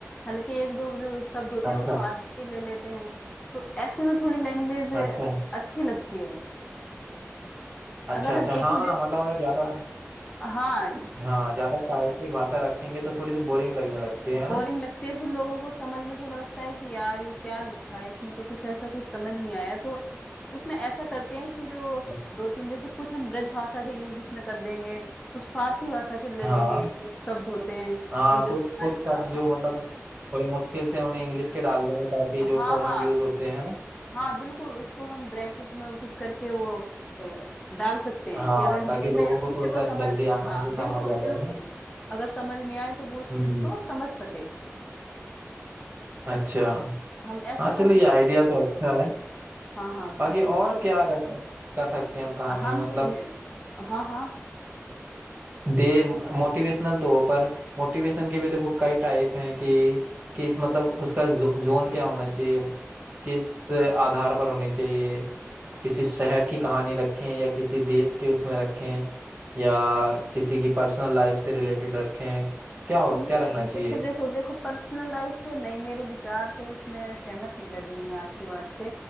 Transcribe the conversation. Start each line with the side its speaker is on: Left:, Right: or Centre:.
Left: हल्के एक दो जो शब्द होते
Right: अच्छा
Left: हैं वो फारसी के ले लेते हैं तो ऐसे में थोड़ी लैंग्वेज
Right: अच्छा
Left: अच्छी लगती है
Right: अच्छा
Left: अगर
Right: अच्छा
Left: हम एक
Right: हाँ
Left: ही जैसे
Right: मतलब अगर ज्यादा
Left: अ, हाँ
Right: हाँ ज्यादा साहित्यिक भाषा रखेंगे तो थोड़ी सी बोरिंग लगने लगती है
Left: बोरिंग
Right: ना
Left: लगती है फिर लोगों को समझ में थोड़ा लगता है कि यार ये क्या लिखा है इसमें तो कुछ ऐसा कुछ समझ नहीं आया तो उसमें ऐसा करते हैं कि जो
Right: हाँ
Left: दो तीन जैसे कुछ हम ब्रज भाषा के यूज उसमें कर देंगे कुछ फारसी भाषा के ले
Right: हाँ
Left: लेंगे एक दो शब्द होते हैं
Right: हाँ
Left: एक दो
Right: कुछ कुछ
Left: अरे
Right: शब्द
Left: हाँ
Right: जो
Left: हाँ
Right: मतलब थोड़े मुश्किल से उन्हें इंग्लिश के डाल देंगे ताकि
Left: हाँ
Right: जो कॉमन
Left: हाँ
Right: यूज होते हैं ना
Left: हाँ बिल्कुल उसको हम ब्रैकेट में घुस करके वो अ, डाल सकते हैं
Right: हाँ
Left: कि अगर हिंदी
Right: ताकि लोगों
Left: में किसी
Right: को थोड़ा
Left: को
Right: सा
Left: समझ
Right: जल्दी आसानी
Left: हाँ
Right: से समझ
Left: बिल्कुल
Right: आ
Left: बिल्कुल
Right: जाए है ना
Left: अगर समझ नहीं आए तो वो उस
Right: हम्म
Left: चीज को समझ सके
Right: अच्छा
Left: हम ऐसा
Right: हाँ
Left: कर
Right: चलो
Left: सकते
Right: ये आइडिया
Left: हैं
Right: तो अच्छा है
Left: हाँ हाँ
Right: बाकी
Left: बिल्कुल
Right: और क्या रख, कर सकते हैं हम कहानी
Left: हम
Right: में मतलब
Left: हाँ हाँ
Right: दे मोटिवेशनल तो हो पर मोटिवेशन के भी देखो कई टाइप हैं कि किस मतलब उसका जो, जोन क्या होना चाहिए किस आधार पर होनी चाहिए किसी शहर की कहानी रखें या किसी देश के उसमें रखें या किसी की पर्सनल लाइफ से रिलेटेड रखें क्या हो
Left: नहीं
Right: क्या रखना चाहिए
Left: देखो देखो देखो पर्सनल लाइफ से नहीं मेरे विचार तो इसमें सहमत नहीं कर रही हूँ मैं आपकी बात से